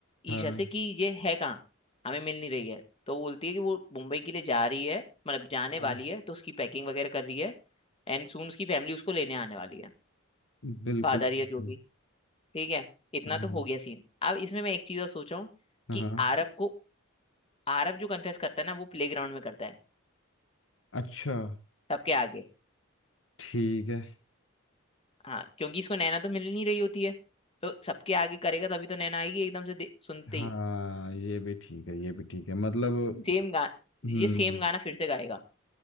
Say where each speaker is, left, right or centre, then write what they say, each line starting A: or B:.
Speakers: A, on the left (about 30°); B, on the left (about 65°).
A: ईशा
B: हाँ
A: से कि ये है कहाँ हमें मिल नहीं रही है तो वो बोलती है कि वो मुंबई के लिए जा रही है मतलब जाने
B: हाँ
A: वाली है तो उसकी पैकिंग वगैरह कर रही है एंड सून उसकी फैमिली उसको लेने आने वाली है
B: बिल्कुल
A: फादर या
B: बिल्कुल,
A: जो भी ठीक है इतना
B: हाँ
A: तो हो गया सीन अब इसमें मैं एक चीज और सोच रहा हूँ
B: हाँ
A: कि आरव को आरव जो कन्फेस करता है ना वो प्लेग्राउंड में करता है
B: अच्छा
A: सबके आगे
B: ठीक है
A: हाँ क्योंकि इसको नैना तो मिल नहीं रही होती है तो सबके आगे करेगा तभी तो नैना आएगी एकदम से दे- सुनते
B: हाँ
A: ही
B: ये भी ठीक है ये भी ठीक है मतलब
A: सेम गा
B: हम्म
A: ये सेम गाना फिर से गाएगा